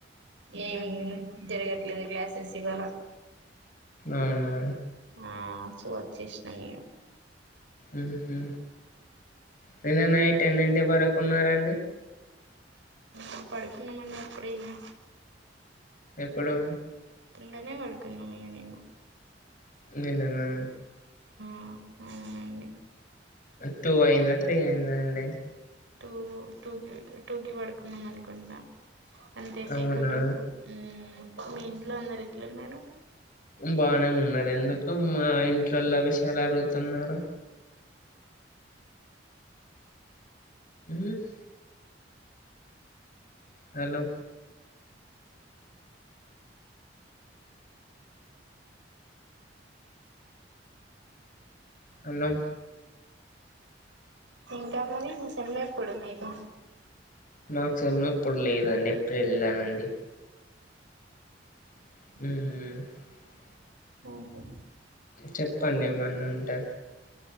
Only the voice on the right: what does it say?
ఏం జరగట్లేదు క్లాసెస్ ఇవాళ
ఆ సో వచ్చేసినాం ఇగ
ఊమ్ పడుకున్నామండి అప్పుడే ఇగ
తొందరనే వడుకున్నాం ఇగ నిన్న
ఆ అవునున్
టూ టూకి టూకి పడుకున్నం అనుకుంటా అంతేట్టీ
కో టూ కో ఊమ్ మీ ఇంట్లో అందరు ఎట్లున్నరు
ఇంకా మీ సమ్మేపుడు మీకు
ఆహా